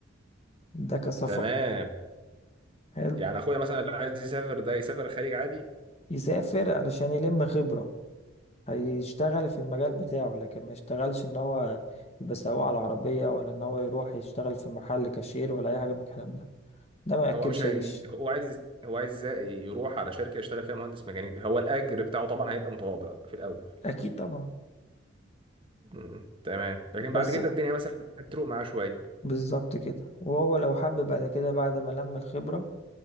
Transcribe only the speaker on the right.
تمام
يعني أخويا مثلا اللي عايز يسافر ده يسافر الخليج عادي
هو مش عايز
هو عايز هو عايز يروح على شركه يشتغل فيها مهندس ميكانيكي هو الاجر بتاعه طبعا هيبقى متواضع في الاول
مم. تمام لكن بعد
كده الدنيا مثلا هتروق معاه شويه